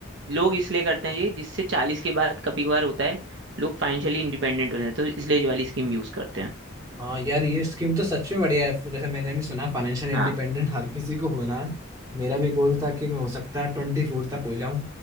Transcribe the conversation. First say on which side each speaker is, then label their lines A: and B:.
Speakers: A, on the right (about 60°); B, on the right (about 15°).
A: लोग इसलिए करते हैं ये जिससे चालीस के बाद कभी कभार होता है लोग फाइनेंशियली इंडिपेंडेंट होते हैं तो इसलिए ये वाली स्कीम यूज करते हैं
B: हाँ यार ये स्कीम तो सच में बढ़िया है जैसे मैंने भी सुना फाइनेंशियल इंडिपेंडेंट
A: हाँ
B: हर किसी को होना है मेरा भी गोल था कि मैं हो सकता है ट्वेंटी फोर तक हो जाऊं